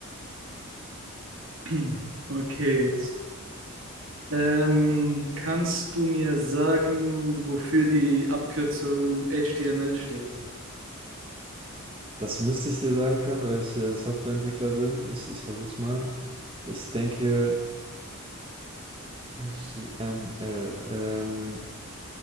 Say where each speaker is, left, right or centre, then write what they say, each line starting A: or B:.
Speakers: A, on the right (about 65°); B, on the right (about 25°).
A: <clears throat> Okay, jetzt. Ähm, kannst du mir sagen, wofür die Abkürzung HTML steht?
B: Das müsste ich dir sagen können, weil ich äh, Softwareentwickler bin. Ich, ich versuch's mal. Ich denke, HTML. Ähm,